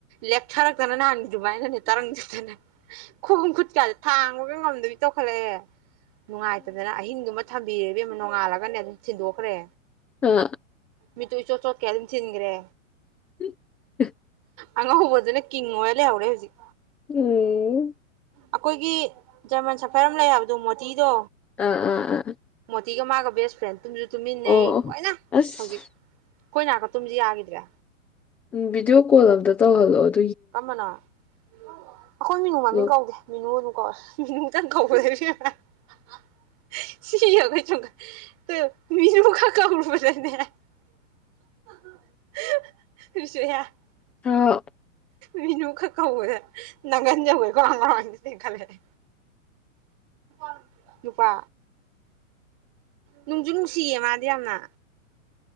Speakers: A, on the right; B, in the centre.
A: ꯂꯦꯛꯊꯔꯛꯇꯅ ꯅꯍꯥꯟ ꯑꯗꯨꯃꯥꯏꯅꯅꯦ ꯇꯔꯪ <unintelligible> ꯈꯣꯡ ꯈꯨꯠꯀꯥꯁꯦ ꯊꯥꯡꯕꯒ ꯉꯝꯗꯕꯤ ꯇꯧꯈꯠꯂꯛꯑꯦ ꯅꯨꯡꯉꯥꯏꯇꯗꯅ ꯑꯍꯤꯡꯗꯨꯃ ꯊꯝꯕꯤꯔꯦ ꯏꯕꯦꯝꯃ ꯅꯣꯡꯉꯥꯜꯂꯒꯅꯦ ꯑꯗꯨꯝ ꯊꯤꯟꯗꯣꯛꯈ꯭ꯔꯦ
B: ꯑ
A: ꯃꯤꯠꯇꯨ ꯏꯆꯣꯠ ꯆꯣꯠꯈꯩ ꯑꯗꯨꯝ ꯊꯤꯟꯈ꯭ꯔꯦ
B: <unintelligible>
A: ꯑꯉꯧꯕꯗꯨꯅ ꯀꯤꯡ ꯑꯣꯏ ꯂꯩꯍꯧꯔꯦ ꯍꯧꯖꯤꯛ
B: <unintelligible>
A: ꯑꯩꯈꯣꯏꯒꯤ ꯖꯔꯃꯟ ꯁꯐꯔ ꯑꯃ ꯂꯩ ꯍꯥꯏꯕꯗꯣ ꯃꯣꯇꯤꯗꯣ
B: ꯑꯥ ꯑꯥ ꯑꯥ꯫
A: ꯁꯤꯒ ꯃꯥꯒ ꯕꯁ ꯐ꯭ꯔꯦꯟ ꯇꯨꯝꯁꯨ ꯇꯨꯝꯃꯤꯟꯅꯩ
B: ꯑꯣ ꯑꯣ
A: ꯂꯣꯏꯅ
B: ꯑꯁ
A: ꯍꯧꯖꯤꯛ ꯑꯩꯈꯣꯏ ꯅꯥꯀ ꯇꯨꯝꯁꯨ ꯌꯥꯈꯤꯗ꯭ꯔꯦ꯫
B: ꯎ ꯕꯤꯗꯤꯑꯣ ꯀꯣꯜ ꯑꯝꯇ <unintelligible>
A: ꯀꯝꯕꯅ ꯑꯩꯈꯣꯏ ꯃꯤꯅꯨ ꯃꯃꯤꯡ
B: ꯑꯗꯣ
A: ꯀꯧꯗꯦ ꯃꯤꯅꯨ ꯑꯗꯨ <unintelligible>
B: ꯑꯥ꯫
A: ꯃꯤꯅꯨ ꯈꯛ ꯀꯧꯕꯗꯥ ꯅꯪ ꯒꯟ ꯌꯧꯒꯩ ꯒꯣꯔꯣꯡ - ꯒꯣꯔꯣꯡ ꯍꯦꯛꯇꯥ ꯆꯦꯟꯈꯠꯂꯛ ꯑ <unintelligible> ꯅꯨꯄꯥ ꯅꯨꯡꯖꯨ- ꯅꯨꯡꯁꯤꯌꯦ ꯃꯥꯗꯤ ꯌꯥꯝꯅ꯫